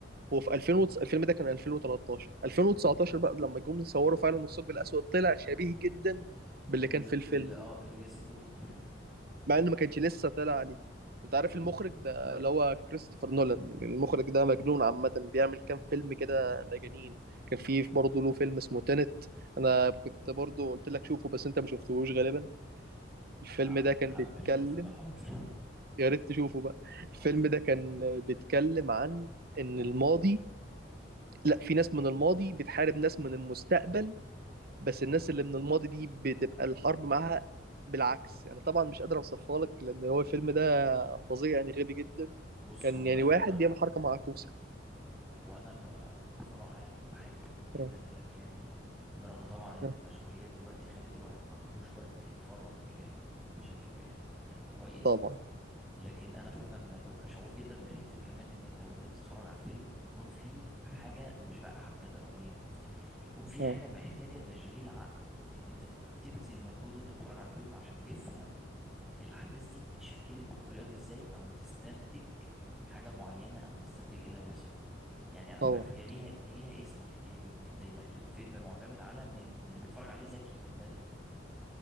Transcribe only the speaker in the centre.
مم.
بال...
بال اه باللي جسدوه في الفيلم
مم.
ه-
هبقى
اشوفه ده حاضر
حاضر
بص
هو
انا
وانا ب... بصراحة يعني بحب جدا
الافلام دي برغم طبعا ان
المشغوليات دلوقتي خلت الواحد ما عندوش وقت يتفرج بشكل يعني كويس
لكن انا فعلا ببقى شغوف جدا بحتة كمان ان انت وانت بتتفرج على الفيلم يكون في حاجة مش بقى حبكة درامية يكون في حاجة
محتاجة تشغيل عقل ان انت تبقى بتبذل مجهود وانت بتتفرج على الفيلم عشان تفهم الاحداث دي اتشكلت بالطريقه دي ازاي او تستنتج حاجه معينه او تستنتج ايه اللي هيحصل يعني انا مش
عارف هي ليها ليها اسم الحكايه دي ان انت يبقى الفيلم معتمد على ان إن اللي بيتفرج عليه ذكي بالبلدي